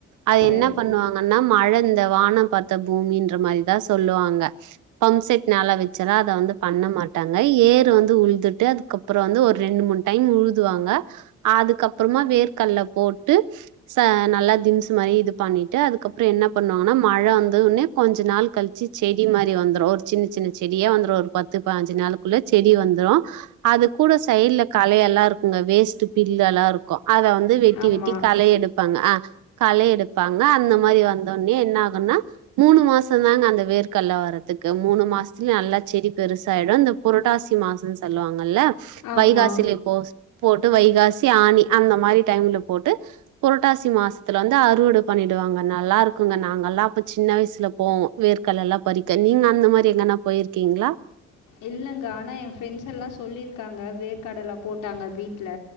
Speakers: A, on the right; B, on the left.
A: அது
B: சரி
A: என்ன பண்ணுவாங்கன்னா மழ இந்த வான பாத்த பூமின்ற மாரிதா சொல்லுவாங்க பம்சட் நேலா வச்சுரா அத வந்து பண்ண மாட்டாங்கய் ஏரு வந்து உழ்துட்டு அதுக்கப்புறோ வந்து ஒர் ரெண்டு மூண் டைம் உழுதுவாங்க அதுக்கப்பற்மா வேர்கல்ல போட்டு ச நல்லா திம்ஸ் மாரி இது பண்ணிட்டு அதுக்கப்றோ என்ன பண்ணுவாங்கனா மழ வந்து உனே கொஞ்சு நாள் கள் ச்சி செடி மாரி வந்துரு ஒரு சின்ன சின்ன செடியே வந்துரு ஒரு பத்து பாஞ்சு நாளுக்குள்ளே செடி வந்துரு அது கூடஸ் தைல்ல கலையெல்லா இருக்குங்க வேஸ்ட்டு பில்லல்லா இருக்கு அத வந்து வெட்டி
B: ஆமாம்
A: வெட்டி களைையெடுப் ப்பாங்க ஆ களை எடுப்பாங்க அந்த மாரி வந்தோனே என்ன ஆகுனா மூணு மாச தாங்க அந்த வேர்கல்ல வர்ரத்துக்கு மூணு மாஸ்த்துலு நல்லா செடி பெருசாய்டு அந்தவ் பரட்டாசி மாசோ சொல்லுவாங்கல்ல
B: ஆமாம்
A: வைகாசில இப்போஸ் போட்டு வைகாசி ஆணி அந்த மாரி டைம்ல போட்டு புரட்டாசி மாஸ்த்துல வந்து அறுவட பண்ணிடுவாங்க நல்லா இருக்குங்க நாங்கல்லா அப்பு சின்ன வய்சுலப் போவோ வேர்கல்லல்லா பறிக்க நீங் அந்து மாரி எங்கன்னா போய்ர்க்கீங்ளா
B: இல்லங்க ஆனா என் ஃப்ரெண்ஸ் எல்லா சொல்லிர்க்காங்க வேர்கடல போட்டாங்க வீட்ல